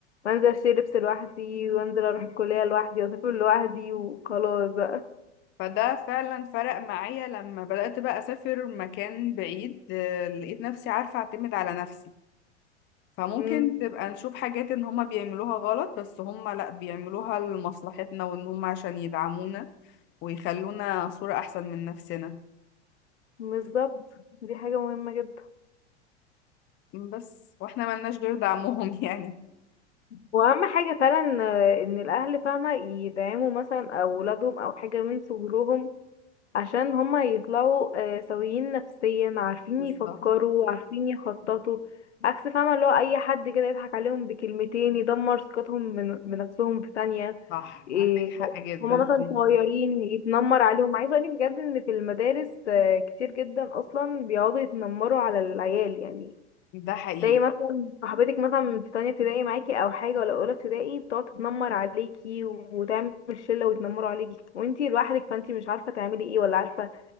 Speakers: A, on the left; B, on the left.
A: وانزل اشتري لبس لوحدي وانزل اروح الكلية لوحدي واسافر لوحدي وخلاص بقى
B: فده فعلا فرق معايا لما بدأت بقى أسافر مكان بعيد آه، لقيت نفسي عارفة أعتمد على نفسي فممكن
A: مم.
B: تبقى نشوف حاجات إن هما بيعملوها غلط بس هما لأ بيعملوها لمصلحتنا وإن هما عشان يدعمونا ويخلونا صورة أحسن من نفسنا
A: بالظبط دي حاجة مهمة جدا
B: بس وإحنا ملناش غير دعمهم <laughs> يعني
A: واهم حاجة فعلا آه، ان الاهل فاهمة يدعموا مثلا اولادهم او حاجة من صغرهم عشان هما يطلعوا آه، سويين نفسيا عارفين
B: بالظبط
A: يفكروا عارفين يخططوا عكس فاهمة اللي هو أي حد كده يضحك عليهم بكلمتين يدمر ثقتهم بن- بنفسهم في ثانية
B: صح
A: إيه،
B: عندك حق جدا
A: هما مثلا
B: في النقطة
A: صغيرين
B: دي.
A: يتنمر عليهم عايزة أقولك بجد إن في المدارس آه، كتير جدا أصلا بيقعدوا يتنمروا على العيال يعني
B: ده حقيقي
A: تلاقي مثلا صاحبتك مثلا في تانية ابتدائي معاكي أو حاجة ولا أولى ابتدائي بتقعد تتنمر عليكي وتعمل شلة ويتنمروا عليكي وانتي لوحدك فانتي مش عارفة تعملي ايه ولا عارفة